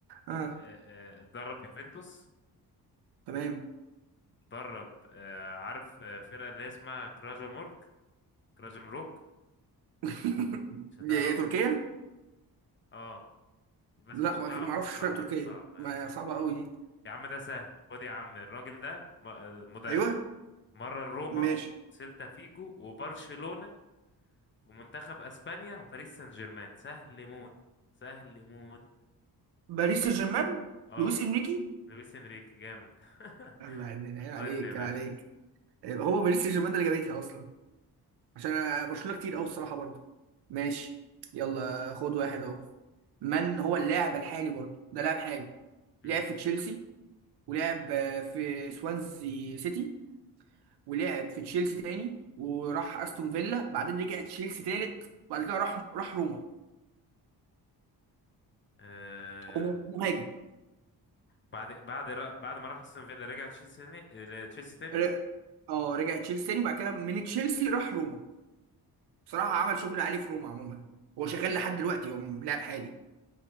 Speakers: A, on the right (about 80°); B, on the left (about 30°).
A: اه
B: آه، آه، درب يوفنتوس
A: تمام
B: درب آه، عارف آه، فرقة اللي هي اسمها كراجو مورك كراجو مروك
A: <laughs>
B: مش هتعرفها
A: دي تركيا
B: اه بس
A: لا
B: مش
A: ما
B: هتعرفها
A: ما اعرفش
B: الصراحة
A: فرق تركيا
B: هيبقى صعب هيبقى
A: ما
B: صعب
A: صعبه قوي دي
B: يا عم ده سهل خد يا عم الراجل ده م- آه، مدرب
A: ايوه
B: مرة روما
A: ماشي
B: وسيلتا فيجو وبرشلونة ومنتخب اسبانيا وباريس سان جيرمان سهل موت سهل موت
A: باريس سان جيرمان
B: اه
A: لويس انريكي
B: لويس انريكي جامد <laughs>
A: الله عيب عليك
B: ودي يا باشا
A: عيب عليك يبقى هو باريس سان جيرمان ده اللي جابتها اصلا عشان أنا- برشلونه كتير قوي الصراحه برضه ماشي يلا خد واحد اهو من هو اللاعب الحالي برضه ده لاعب حالي
B: مم.
A: لعب في تشيلسي ولعب آه، في سوانزي سيتي ولعب في تشيلسي تاني وراح استون فيلا بعدين رجع تشيلسي تالت وبعد كده راح راح روما
B: آه
A: هو مهاجم
B: بعد بعد را بعد ما راح استون فيلا رجع تشيلسي تاني آه، تشيلسي تاني
A: ر- اه رجع تشيلسي تاني وبعد كده من تشيلسي راح روما بصراحه عمل شغل عالي في روما عموما هو شغال لحد دلوقتي هو لاعب حالي